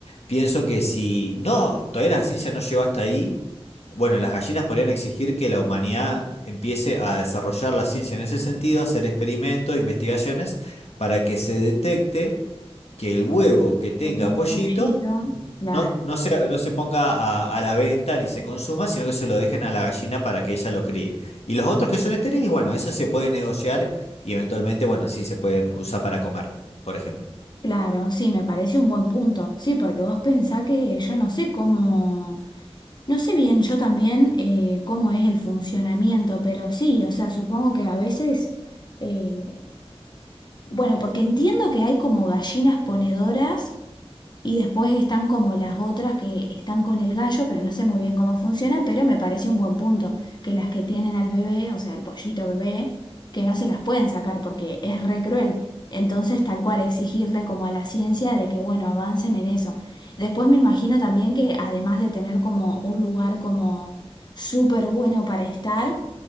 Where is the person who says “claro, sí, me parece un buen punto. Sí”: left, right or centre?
Left